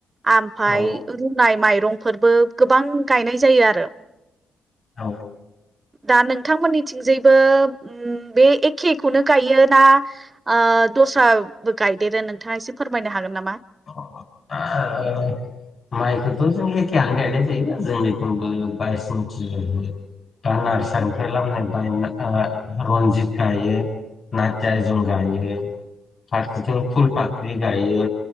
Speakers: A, on the right (about 30°); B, on the left (about 55°).
A: आमफ्राय
B: औ
A: रुनाय माइ रंफोरबो गोबां गायनाय जायो आरो।
B: औ
A: दा नोंथांमोननिथिंजायबो ओम बे एखेखौनो गायो ना ओ दस्राबो गायदेरो नोंथाङा एसे फोरमायनो हागोन नामा?
B: <unintelligible> माइखौथ' जों एखेयनो गायनाय जायोना जोंनिबो बायस मुथि गायो। दा नार्सारिनिफ्राय लाबोनाय बायना ओ रन्जित गायो। नारजायजं जों गायो फारसेथिं फुल फाख्रि गायो।